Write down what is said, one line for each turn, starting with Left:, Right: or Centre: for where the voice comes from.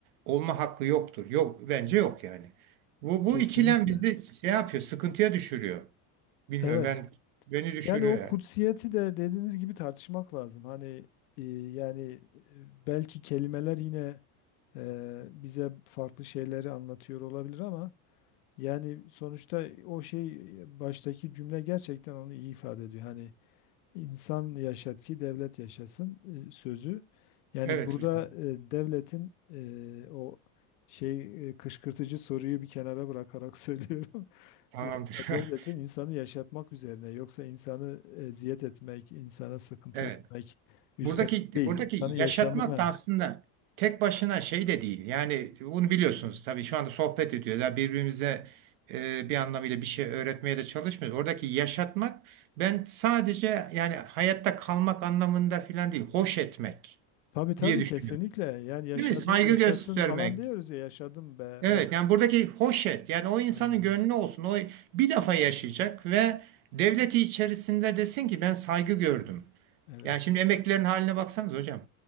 Right: olma hakkı yoktur. Yok bence yok yani. Bu, bu
Left: Kesinlikle.
Right: ikilem bizi şey yapıyor sıkıntıya düşürüyor. Bilmiyorum
Left: Evet.
Right: ben beni düşürüyor
Left: Yani o
Right: yani.
Left: kutsiyeti de dediğiniz gibi tartışmak lazım. Hani e, yani e, belki kelimeler yine e, bize farklı şeyleri anlatıyor olabilir ama Yani sonuçta o şey e, baştaki cümle gerçekten onu iyi ifade ediyor. Hani insan yaşat ki devlet yaşasın e, sözü. Yani
Right: Evet
Left: burada
Right: hocam,
Left: e, devletin e, o şey e, kışkırtıcı soruyu bir kenara bırakarak <laughs> söylüyorum.
Right: tamamdır.
Left: E,
Right: <laughs>
Left: Devletin insanı yaşatmak üzerine yoksa insanı eziyet etmek, insana sıkıntı
Right: Evet.
Left: vermek üzerine
Right: Buradaki
Left: değil,
Right: buradaki
Left: İnsanı yaşamına.
Right: yaşatmak da aslında tek başına şey de değil. Yani bunu biliyorsunuz tabii şu anda sohbet ediyorlar. Birbirimize e, bir anlamıyla bir şey öğretmeye de çalışmıyoruz. Oradaki yaşatmak ben sadece yani hayatta kalmak anlamında filan değil. Hoş etmek
Left: Tabii tabii
Right: diye düşünüyorum.
Left: kesinlikle. Yani yaşadı,
Right: Değil mi? Saygı
Left: yaşasın
Right: göstermek.
Left: falan diyoruz ya yaşadım be.
Right: Evet
Left: Oh,
Right: yani buradaki hoş et yani o insanın
Left: aynen
Right: gönlü
Left: öyle.
Right: olsun. O bir defa yaşayacak ve devleti içerisinde desin ki ben saygı gördüm.
Left: Evet,
Right: Yani şimdi emeklilerin haline baksanız hocam.